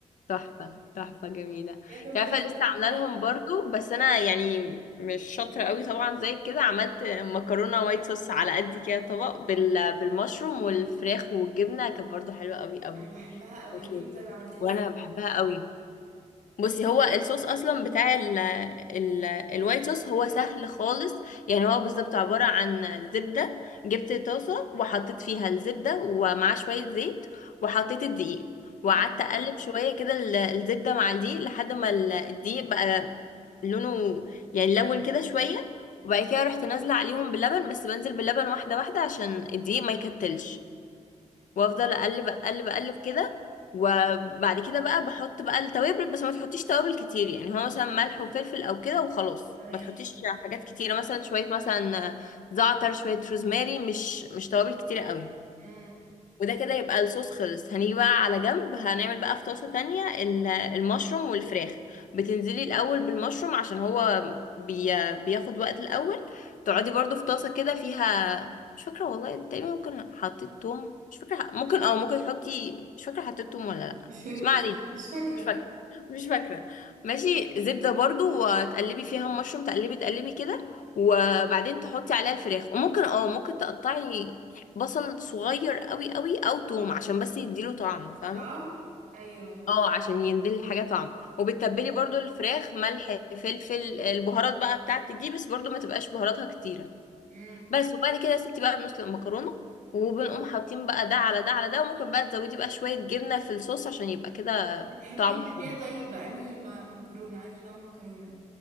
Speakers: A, on the left; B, on the right.
A: تحفه تحفه جميله انت
B: بجد والله
A: عارفه
B: تجربة
A: لسه عامله
B: جميلة
A: لهم
B: أوي.
A: برضه بس انا يعني مش شاطره قوي طبعا زي كده عملت مكرونه وايت صوص على قد كده طبق بال بالمشروم والفراخ والجبنه كانت برضه حلوه قوي قوي
B: انا بحبها قوي
A: كانت
B: قولي
A: لذيذة.
B: لي طيب عملتيها
A: وانا
B: ازاي
A: بحبها قوي بصي هو الصوص اصلا بتاع ال ال الوايت صوص هو سهل خالص يعني هو بالظبط عبارة عن زبدة جبت طاسة وحطيت فيها الزبدة ومعاه شوية زيت وحطيت الدقيق
B: امم
A: وقعدت اقلب شوية كده ال- الزبدة مع الدقيق لحد ما ال- الدقيق بقى لونه يعني لون كده شوية وبعد كده رحت نازلة عليهم باللبن بس بنزل باللبن واحدة واحدة عشان الدقيق ما يكتلش وافضل اقلب اقلب اقلب كده وبعد كده بقى بحط بقى التوابل بس ما تحطيش توابل كتير يعني هو مثلا ملح وفلفل او كده وخلاص
B: تمام
A: ما تحطيش حاجات كتيره مثلا شويه مثلا زعتر شويه روزماري مش مش توابل كتيره قوي
B: امم
A: وده كده يبقى الصوص خلص هنيجي بقى على جنب هنعمل بقى في طاسة تانية ال- المشروم والفراخ بتنزلي الأول بالمشروم عشان هو بي بياخد وقت الأول تقعدي برضو في طاسة كده فيها مش فاكرة والله تقريبا ممكن حطيت توم مش فاكرة ممكن اه ممكن تحطي مش فاكرة حطيت توم ولا لأ
B: <laughs>
A: بس ما علينا
B: مش فاكره
A: مش فاكرة مش فاكرة ماشي زبدة برضو وتقلبي فيها المشروم تقلبي تقلبي كده وبعدين تحطي عليها الفراخ وممكن اه ممكن تقطعي بصل صغير قوي قوي او توم عشان بس يديله طعم فاهمة
B: طبعا ايوه
A: اه عشان يديل الحاجة طعم وبتتبلي برضو الفراخ ملح فلفل البهارات بقى بتاعتك دي بس برضو ما تبقاش بهاراتها كتيرة
B: امم
A: بس وبعد كده يا ستي بقى بنسلق المكرونة وبنقوم حاطين بقى ده على ده على ده وممكن بقى تزودي بقى شوية جبنة في الصوص عشان يبقى كده
B: بتحبي
A: طعمه
B: تاكليها
A: حلو
B: طيب بأنهي ما- مكرونه انهي نوع مكرونه